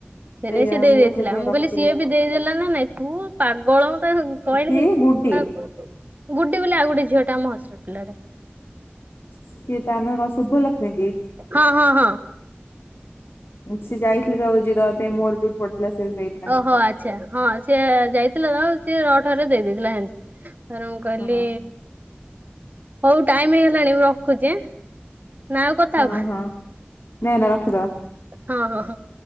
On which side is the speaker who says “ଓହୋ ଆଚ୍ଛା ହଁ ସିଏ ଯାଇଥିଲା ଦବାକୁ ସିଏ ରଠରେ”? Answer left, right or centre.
Right